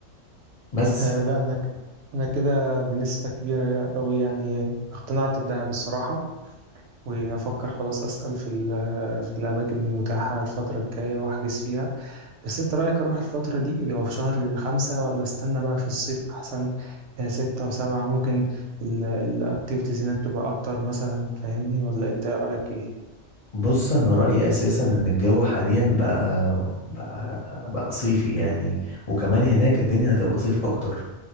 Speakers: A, on the left; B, on the right.
A: بس
B: آه لا انا ك... انا كده بنسبه كبيره قوي يعني اقتنعت بدهب الصراحه وافكر خلاص اسال في ال... في الاماكن المتاحه الفتره الجايه واحجز فيها بس انت رأيك اروح الفترة دي اللي هو في شهر خمسة ولا استنى بقى في الصيف احسن آه، ستة وسبعة ممكن الاكتيفيتيز هناك تبقى اكتر مثلا فاهمني ولا انت ايه رأيك ايه
A: بص انا رايي اساسا ان الجو حاليا بقى بقى بقى صيفي يعني وكمان هناك الدنيا هتبقى صيف اكتر